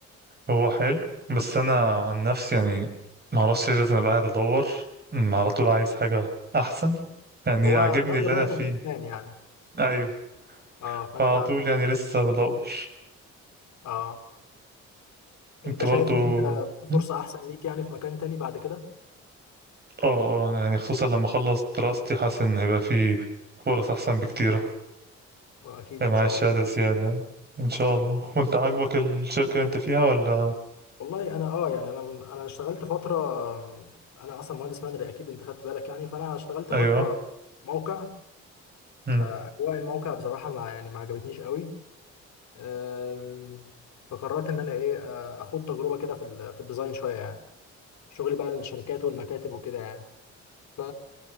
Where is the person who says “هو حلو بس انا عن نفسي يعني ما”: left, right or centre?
Right